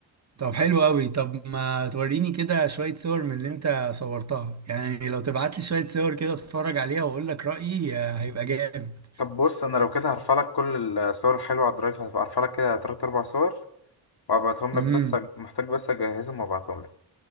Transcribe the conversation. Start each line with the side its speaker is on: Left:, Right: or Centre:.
Right: طب حلو قوي طب ما توريني كده شوية صور من اللي انت صورتها يعني لو تبعت لي شوية صور كده اتفرج عليها واقول لك رأيي آه، هيبقى جامد
Left: طب بص انا لو كده هرفع لك كل الصور الحلوه على الدرايف هرفع لك كده تلات اربع صور وابعتهم
Right: امم
Left: لك بس أج- محتاج بس اجهزهم وابعتهم لك